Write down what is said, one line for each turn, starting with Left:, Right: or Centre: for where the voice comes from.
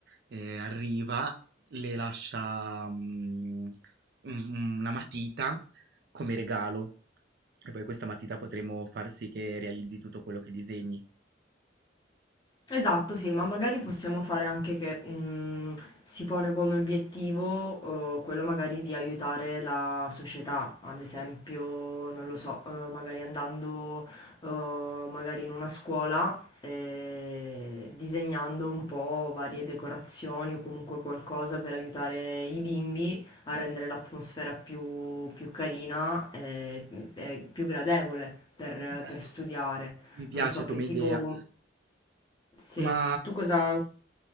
Right: eh, arriva, le lascia mm, un- una matita come regalo e poi questa matita potremo far sì che realizzi tutto quello che disegni.
Left: Esatto, sì, ma magari possiamo fare anche che mh, si pone come obiettivo eh, quello magari di aiutare la società, ad esempio, non lo so, eh, magari andando eh, magari in una scuola e disegnando un po' varie decorazioni o comunque qualcosa per aiutare i bimbi a rendere l'atmosfera più, più carina e, e più gradevole per
Right: Bello,
Left: per studiare.
Right: mi piace
Left: Non lo so
Right: come
Left: che tipo...
Right: idea,
Left: Sì,
Right: ma
Left: tu cosa...